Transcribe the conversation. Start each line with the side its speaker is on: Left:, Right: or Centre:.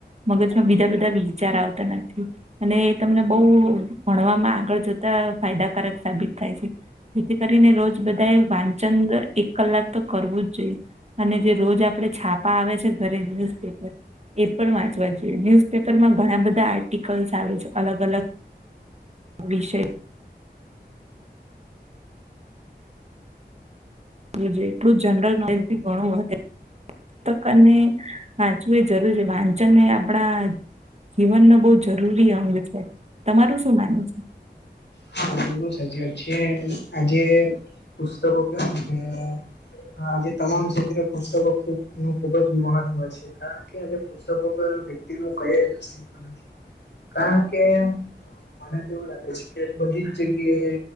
Right: મગજમાં બીજા બધા વિચાર આવતા નથી. અને એ તમને બઉ ભણવામાં આગળ જતા ફાયદાકારક સાબિત થાય છે. જેથી કરીને રોજ બધાએ વાંચન એક કલાક તો કરવું જ જોઈએ. અને જે રોજ આપડે છાપા આવે છે ઘરે ન્યુઝપેપર એ પણ વાંચવા જોઈએ ન્યુઝપેપર માં ઘણા બધા આર્ટિકલ્સ આવે છે અલગ અલગ વિષય <unintelligible> એટલું જનરલ નોલેજથી ઘણું વધે. પુસ્તકને વાંચવું એ જરૂર છે વાંચન ને આપણા જીવન નો બહુ જરૂરી અંગ છે તમારું શું માનવુ છે.
Left: હા બિલકુલ સાચી વાત છે આજે પુસ્તકો કેમને હ આજે તમામ ક્ષેત્રે પુસ્તકો ખબ નું ખુબ જ મહત્વ છે. કારણ કે આજે પુસ્તકો પર વ્યક્તિ નું કઈ અસ્તિત્વ નથી. કારણ કે મને તોવું લાગે છે. કે બધી જ જગ્યાએ